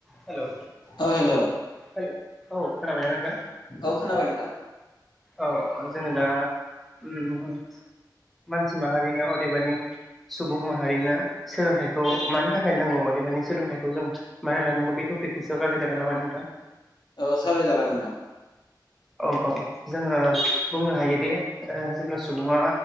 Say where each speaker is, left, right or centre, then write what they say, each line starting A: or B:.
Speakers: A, in the centre; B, on the left.
A: Hello
B: औ hello
A: hello औ खोनाबाय ना नोंथां?
B: औ खोनाबाय नोंथां।
A: औ ओ जोङो दा उम ओ मानसि माहारिनो अदेबानि सुबुं माहारिनो सोलोंथाइखौ मानि थाखाय नांगौ अदेबानि सोलोंथाइखौ जों मानो लानांगौ बेथ' <unintelligible> जानाय नामा नोंथां?
B: औ सावरायजागोन नोंथां।
A: औ औ जोङो बुंनो हायोदि ओ जेब्ला सुबुङा